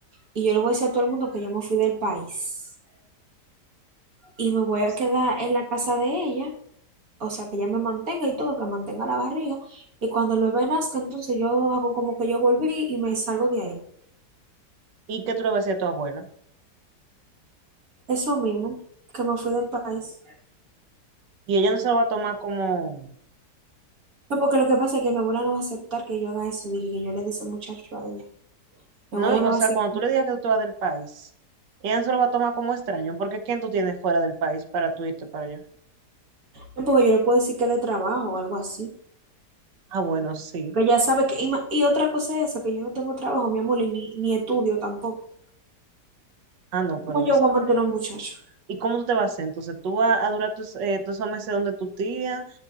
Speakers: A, on the right; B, on the right.
A: y yo le voy a decir a todo el mundo que yo me fui del país y me voy
B: O
A: a
B: s-
A: quedar en la casa de ella o sea, que ya me mantenga y todo, que mantenga la barriga. Y cuando el bebé nazca, entonces yo hago como que yo volví y me salgo de ahí.
B: ¿Y qué tú le vas a decir a tu abuela?
A: Eso mismo, que me fui del país.
B: Y ella no se lo va a tomar como,
A: No, porque lo que pasa es que mi abuela no va a aceptar que yo haga eso, dije que yo le dé ese muchacho a ella. Mi
B: no,
A: abuela
B: y-
A: me
B: o
A: va
B: sea,
A: a decir,
B: cuando tú le digas que tú te vas del país, ella no se lo va a tomar como extraño, porque ¿quién tú tienes fuera del país para tú irte para allá?
A: no, porque yo le puedo decir que es de trabajo o algo así.
B: Ah, bueno, sí.
A: Pero ya sabe que, y, ma- y otra cosa es eso, que yo no tengo trabajo, mi amor, y ni, ni estudio tampoco.
B: Ah, no, pero
A: ¿Cómo yo
B: es.
A: voy a mantener a un muchacho?
B: ¿Y cómo tú te vas a hacer? Entonces, tú vas a durar tus, eh, todos esos meses donde tu tía